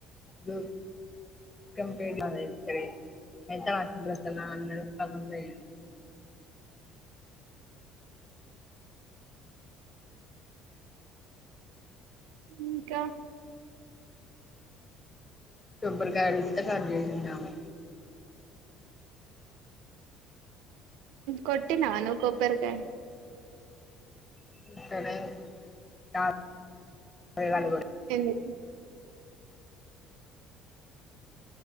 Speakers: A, on the left; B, on the right.
A: జో క ఇ అతస్ నె <unintelligible>
B: ఇంకా
A: కొబ్బరికాయలు ఇస్తే కట్ చేసింది ఆమె
B: కొట్టినవ నువ్వు కొబ్బరికాయ
A: <unintelligible>
B: ఎందు <unintelligible>